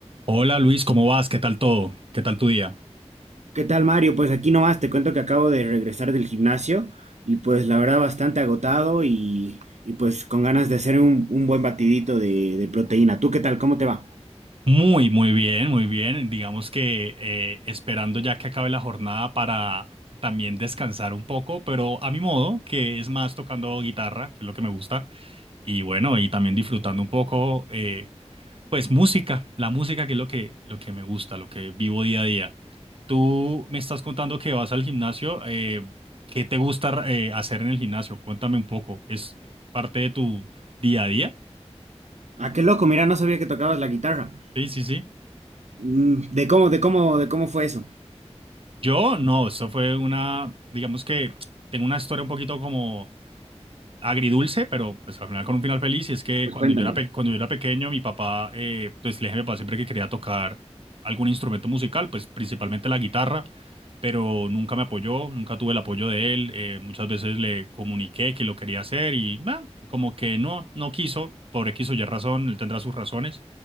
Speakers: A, on the right; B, on the right.
A: Hola Luis, ¿cómo vas? ¿Qué tal todo? ¿Qué tal tu día?
B: ¿Qué tal, Mario? Pues aquí nomás te cuento que acabo de regresar del gimnasio y pues la verdad bastante agotado y, y, pues con ganas de hacer un, un buen batidito de, de proteína. ¿Tú qué tal? ¿Cómo te va?
A: Muy, muy bien, muy bien. Digamos que eh, esperando ya que acabe la jornada para también descansar un poco, pero a mi modo, que es más tocando guitarra, que es lo que me gusta, y bueno, y también disfrutando un poco, eh, pues música, la música que es lo que, lo que me gusta, lo que vivo día a día. Tú me estás contando que vas al gimnasio, eh, ¿qué te gusta eh, hacer en el gimnasio? Cuéntame un poco, ¿es parte de tu día a día?
B: Ah, qué loco, mira, no sabía que tocabas la guitarra.
A: Sí, sí, sí.
B: Mm, ¿De cómo, de cómo, de cómo fue eso?
A: Yo no, eso fue una, digamos que tengo una historia un poquito como agridulce, pero pues al final con un final feliz. Y es que
B: Pues
A: cuando
B: cuéntamela.
A: yo era, pe- cuando yo era pequeño, mi papá, eh, pues le dije a mi papá siempre que quería tocar algún instrumento musical, pues principalmente la guitarra, pero nunca me apoyó, nunca tuve el apoyo de él. eh, muchas veces le comuniqué que lo quería hacer y meh, como que no, no quiso, por X o Y razón, él tendrá sus razones.